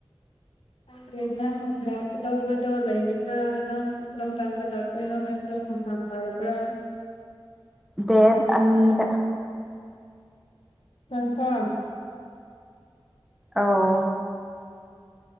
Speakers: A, on the left (about 85°); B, in the centre.
A: ꯑꯗꯨꯗ꯭ꯔꯦ ꯅ ꯂꯥꯛꯀꯗꯒꯗꯣ ꯂ ꯂꯩ ꯀꯔꯝ ꯆꯗ ꯗꯥꯛꯇꯔꯅ ꯍ ꯑꯣ ꯇꯔꯕ꯭ꯔ
B: ꯗꯦꯟ ꯑꯅꯤꯗ꯫
A: ꯀꯟꯐꯥꯝ꯫
B: ꯑꯧ꯫